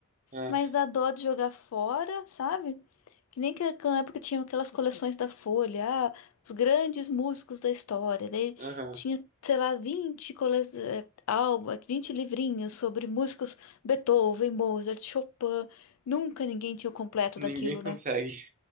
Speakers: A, on the right; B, on the left.
A: Ah,
B: Mas dá dó de jogar fora, sabe? Que nem que na época tinha aquelas coleções da Folha, ah, os grandes músicos da história. Daí
A: aham.
B: tinha, sei lá, 20 cole... eh, alba, 20 livrinhos sobre músicos Beethoven, Mozart, Chopin. Nunca ninguém tinha o completo
A: Ninguém
B: daquilo,
A: consegue.
B: né?